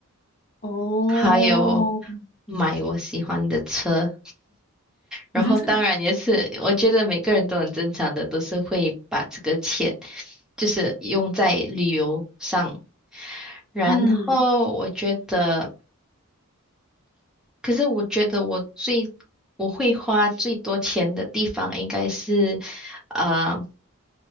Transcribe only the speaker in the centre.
还有买我喜欢的车。然后当然也是，
我觉得每个人都很正常的，都是会把这个钱就是用在旅游上。然后我觉得。
可是我觉得我最我会花最多钱的地方应该是，呃，